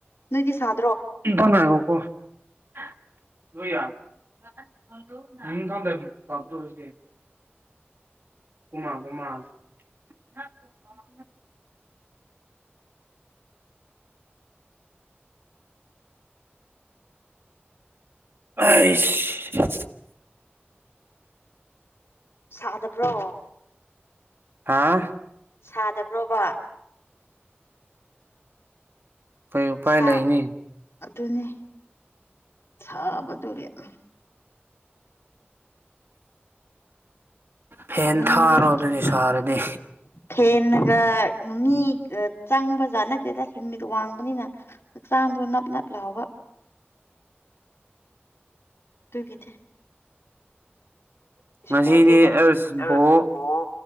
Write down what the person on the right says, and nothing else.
<unintelligible> <unintelligible> ꯎꯃꯥ ꯎꯃꯥ <unintelligible> <inaudible> ꯑꯩꯁ
ꯍꯥꯥ
ꯀꯩ ꯎꯄꯥꯏ
ꯂꯩꯅꯤ
ꯐꯦꯟ
ꯊꯥꯔꯣ ꯑꯗꯨꯗꯤ
ꯁꯥꯔꯗꯤ
<inaudible>
ꯉꯁꯤꯗꯤ
ꯑꯁ
ꯕꯣꯜ